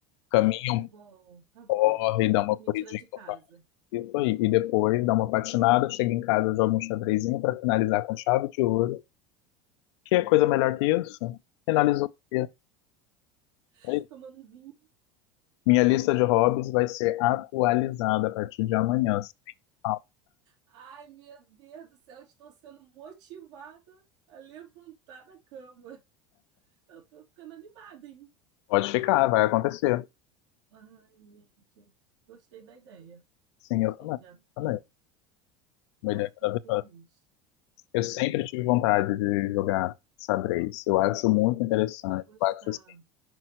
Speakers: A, on the left (about 80°); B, on the right (about 85°).
A: caminha
B: Ai,
A: um
B: bom, tá bom.
A: corre,
B: É bom
A: dá uma
B: que me
A: corridinha
B: tira de casa.
A: no parque, isso aí. E depois dá uma patinada, chega em casa, joga um xadrezinho para finalizar com chave de ouro. Que é coisa melhor que isso? Finalizou o dia.
B: <laughs>
A: É isso.
B: Tomando um vinho.
A: Minha lista de hobbies vai ser atualizada a partir de amanhã. Ah,
B: Ai, meu Deus do céu, estou sendo motivada a levantar da cama. Eu tô ficando animada, hein?
A: Pode ficar, vai acontecer.
B: Ai, gente, gostei da ideia.
A: Sim,
B: Gostei,
A: eu também.
B: já fiquei,
A: Também.
B: já
A: Uma ideia
B: fiquei
A: maravilhosa.
B: feliz.
A: Eu sempre tive vontade de jogar xadrez. Eu acho muito interessante.
B: Você vai gostar.
A: Eu acho, assim,